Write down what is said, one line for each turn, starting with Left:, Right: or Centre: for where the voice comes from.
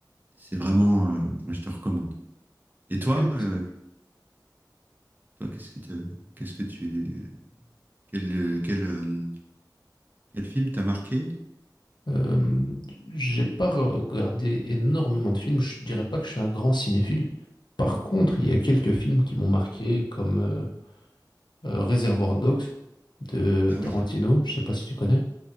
Right: c'est vraiment, euh, moi, je te recommande. Et toi,
Left: ok, merci.
Right: euh, toi, qu'est-ce qui te, qu'est-ce que tu, quel, euh, quel, euh, quel film t'a marqué?
Left: Euh, j'ai pas regardé énormément de films. Je dirais pas que je suis un grand cinéphile. Par contre, il y a quelques films qui m'ont marqué, comme euh, euh, Reservoir Dogs de
Right: Ah oui,
Left: Tarantino. Je sais pas si tu connais.